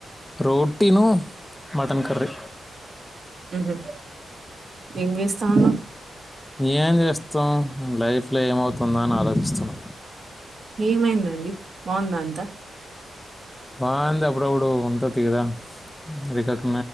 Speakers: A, on the left; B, on the right.
A: రోటీను మటన్ కర్రీ
B: ఊహూ ఏం చేస్తా ఉన్నావు
A: ఏం చేస్తాం లైఫ్లో ఏమవుతుందో అని ఆలోచిస్తున్న
B: ఏమైందండి బాగుందా అంతా
A: బాగుంది అప్పుడప్పుడు ఉంటది కదా రికక